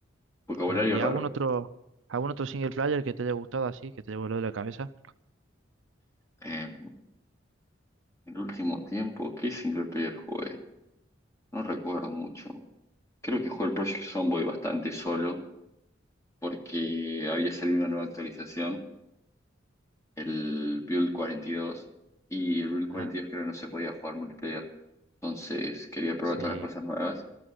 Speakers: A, on the left; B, on the right.
A: vocabulario
B: Claro. ¿Y
A: raro.
B: algún otro, algún otro single player que te haya gustado así, que te haya volado la cabeza?
A: Eh, el último tiempo, ¿qué single player jugué? No recuerdo mucho. Creo que jugué el Project Zomboid bastante solo, porque había salido una nueva actualización, el Build cuarenta y dos y el Build cuarenta
B: Ah,
A: y dos creo que no se podía jugar multiplayer. Entonces quería probar
B: sí,
A: todas las cosas nuevas